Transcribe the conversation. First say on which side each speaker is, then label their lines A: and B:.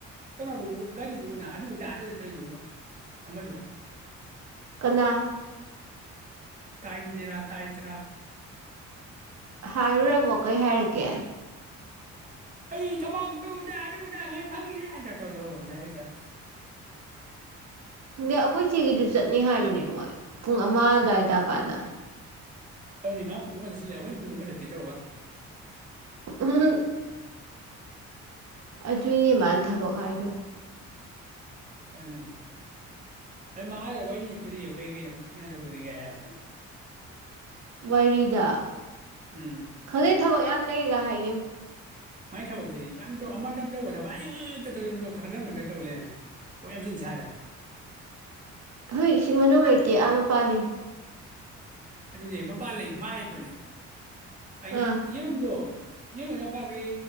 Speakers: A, on the right; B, on the right.
A: ꯀꯩꯅꯣꯗꯨꯕꯨ ꯒꯥꯔꯤꯗꯨꯕꯨ ꯑꯗꯨ ꯑꯗꯥ ꯑꯗꯨ ꯇꯧꯔꯤꯗꯨꯕꯨ ꯑꯃꯗꯣ
B: ꯀꯅꯥ
A: ꯇꯥꯏꯟꯗꯤꯔꯥ ꯇꯥꯏꯗꯔꯥ
B: ꯍꯥꯏꯔꯨꯔꯕꯣ ꯀꯩ ꯍꯥꯏꯔꯛꯀꯦ
A: ꯑꯩ ꯊꯕꯛꯇꯨ ꯇꯨꯗꯇꯨꯗ ꯉꯥꯏ ꯐꯪꯉꯤ ꯇꯧ ꯇꯧꯕ ꯉꯁꯥꯏ ꯍꯛꯇ
B: ꯈꯪꯗꯦ ꯑꯩꯈꯣꯏ ꯆꯦꯒꯤꯗꯨ ꯆꯠꯅꯤ ꯍꯥꯏꯕꯅꯦ ꯃꯣꯏ ꯄꯨꯡ ꯑꯃ ꯑꯗꯨꯋꯥꯏ ꯇꯥꯀꯥꯟꯗ
A: ꯑꯗꯨꯅꯤꯃ ꯄꯨꯡ ꯑꯃ ꯆꯠꯁꯤꯜꯂꯦ ꯑꯩꯈꯣꯏ ꯄꯨꯡ ꯑꯃ ꯆꯠꯀꯦ ꯇꯧꯔꯒ
B: ꯎ ꯑꯗꯨꯏꯅꯦ ꯃꯥꯅ ꯊꯕꯛ ꯍꯥꯏꯗꯣ
A: ꯑꯗꯨꯅꯤ ꯑꯗꯨ ꯃꯥꯗ ꯋꯥꯔꯤꯅꯤ ꯆꯠꯇꯣꯔꯤꯕ ꯀꯩ ꯀꯩꯅꯣꯖꯤ ꯀꯩꯅꯣ ꯇꯧꯗꯣꯔꯤꯒꯦ ꯍꯥꯏꯔꯛꯄꯅꯦ
B: ꯋꯥꯏꯔꯤꯗ
A: ꯎꯝ
B: ꯈꯪꯗꯦ ꯊꯕꯛ ꯌꯥꯝ ꯂꯩꯒ ꯍꯥꯏꯒꯤꯝ
A: ꯃꯥꯏ ꯊꯕꯛꯁꯤ ꯌꯥꯝ ꯑꯃꯇꯪ ꯇꯧꯕ ꯊꯕꯛ ꯑꯅꯤꯇ ꯇꯧ ꯑꯃ ꯈꯔ ꯀꯔ ꯃꯈꯔ ꯇꯧ ꯂꯩꯅꯤ ꯊꯕꯛ ꯌꯥꯝꯆꯤꯟ ꯁꯥꯗꯅ <unintelligible>
B: ꯍꯣꯏ ꯁꯤ ꯃꯅꯨꯡ ꯂꯩꯇꯦ ꯑꯥ ꯃꯄꯥꯟ ꯂꯩ
A: ꯑꯗꯨꯅꯦ ꯃꯄꯥꯟ ꯂꯩ ꯃꯥ ꯍꯥꯏꯕꯅꯦ ꯑꯩꯅ
B: ꯑꯥ
A: ꯌꯦꯔꯨꯝꯗꯣ ꯌꯦꯡꯒꯗꯄꯥꯥꯈꯩ